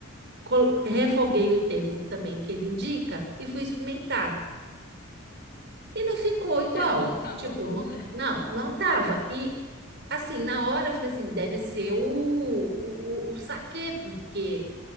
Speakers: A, on the right; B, on the left.
A: col- refoguei o tempo também que ele indica e fui experimentar. E não ficou
B: <laughs>
A: igual.
B: Não tava
A: Tipo,
B: bom,
A: não,
B: né?
A: não, não tava. E assim, na hora eu falei assim, deve ser o, o, o, o saquê, porque